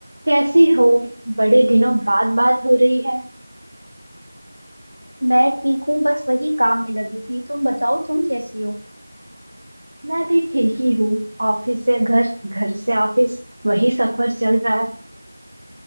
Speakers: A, on the right; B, on the right.
A: कैसे हो बड़े दिनों बाद बात हो रही है
B: मैं ठीक हूँ बस वही काम में लगी थी तुम बताओ तुम कैसी हो
A: मैं भी ठीक ही हूँ ऑफिस से घर घर से ऑफिस वही सफर चल रहा है